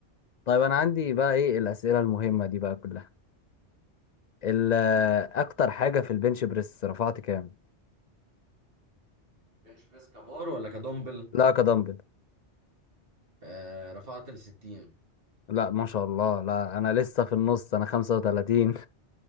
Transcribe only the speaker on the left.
طيب انا عندي بقى ايه الأسئلة المهمة دي بقى كلها ال- اكتر حاجة في البنش بريس رفعت كام
لا كدمبل
لا ما شاء الله لا انا لسه في النص انا 35